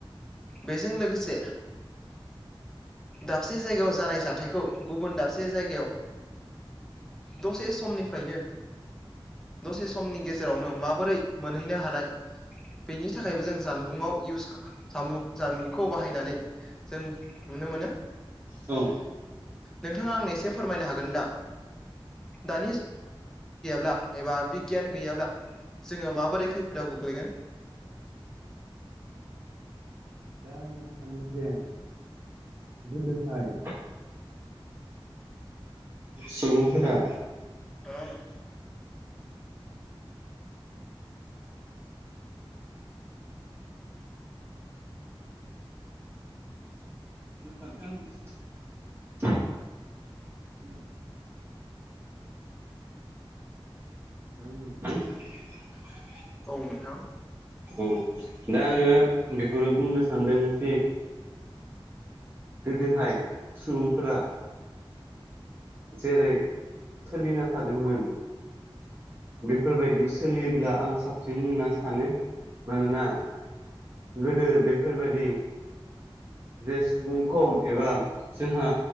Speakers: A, in the centre; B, on the right.
A: बेजों लोगोसे दाबसे जायगायाव जानाय जाथायखौ गुबुन दाबसे जायगायाव दसे समनिफ्रायनो दसे समनि गेजेरावनो माबोरै मोनहैनो हानाय बेनि थाखायबो जों जानबुंआव इउस जानबुं जानबुंखौ बाहायनानै जों नुनो मोनो।
B: औ
A: नोंथांङा आंनो एसे फोरमायनो हागोन ना दा? ब्ला एबा बिगियान गैयाब्ला जोंङो माबोरै खैफोदाव गोग्लैगोन।
B: दा आंङो सानो जे गोदोहाय सुबुंफोरा
A: <unintelligible>
B: <unintelligible> <unintelligible>
A: औ नोंथां।
B: औ दा आंङो बेखौनो बुंनो सानदोंदि गोदोहाय सुबुंफोरा जेरै सोलिना थादोंमोन। बेफोरबायदि सोलियोब्ला आं साबसिन होनना सानो मानोना गोदो बेफोरबायदि जे सुबुं खम एबा जोंहा